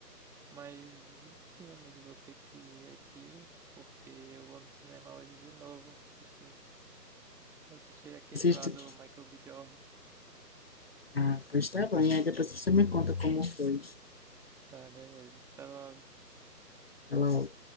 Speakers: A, in the centre; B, on the left.
A: Mas, enfim, amigo, vou ter que ir aqui, porque eu vou no cinema hoje de novo. assistir- assistir aquele
B: Assiste,
A: lá do Michael B. Jordan.
B: Ah, pois tá bom. E aí depois você me conta como foi.
A: Tá, beleza. Até logo.
B: Até logo.